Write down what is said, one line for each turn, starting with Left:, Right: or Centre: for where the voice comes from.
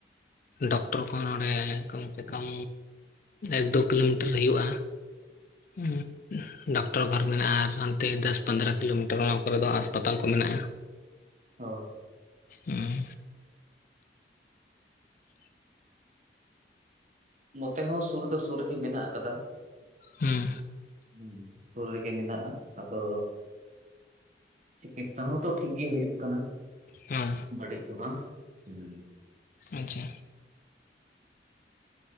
Left: ᱰᱚᱠᱴᱚᱨ ᱠᱚᱦᱚᱸ ᱱᱚᱰᱮ ᱠᱚᱢ ᱥᱮ ᱠᱚᱢ ᱮᱠ ᱫᱚ ᱠᱤᱞᱳᱢᱤᱴᱟᱨ ᱦᱩᱭᱩᱜᱼᱟ, ᱦᱩᱸ ᱩᱸᱦ ᱰᱟᱠᱴᱚᱨ ᱜᱷᱚᱨ ᱢᱮᱱᱟᱜᱼᱟ ᱟᱨ ᱦᱟᱱᱛᱮ ᱫᱚᱥ ᱯᱟᱸᱫᱽᱨᱚ ᱠᱤᱞᱳᱢᱤᱴᱟᱨ ᱚᱱᱟ ᱠᱚᱨᱮ ᱫᱚ ᱟᱥᱯᱟᱛᱟᱞ ᱠᱚ ᱢᱮᱱᱟᱜᱼᱟ᱾
Right: ᱦᱚ,
Left: ᱩᱸᱦ
Right: ᱱᱚᱛᱮ ᱦᱚᱸ ᱥᱩᱨ ᱫᱚ ᱥᱩᱨ ᱨᱮᱜᱮ ᱢᱮᱱᱟᱜ ᱟᱠᱟᱫᱟ,
Left: ᱦᱩᱸ
Right: ᱩᱸ ᱥᱩᱨ ᱨᱮᱜᱮ ᱢᱮᱱᱟᱜᱼᱟ, ᱥᱟᱛᱚ ᱪᱤᱠᱤᱛᱼᱥᱟ ᱦᱚᱸᱛᱚ ᱴᱷᱤᱠ ᱜᱮ ᱦᱩᱭᱩᱜ ᱠᱟᱱᱟ᱾
Left: ᱦᱮᱸ
Right: ᱵᱟᱲᱤᱡ ᱫᱚ ᱵᱟᱝ, ᱩᱦᱩᱸ
Left: ᱟᱪᱪᱷᱟ,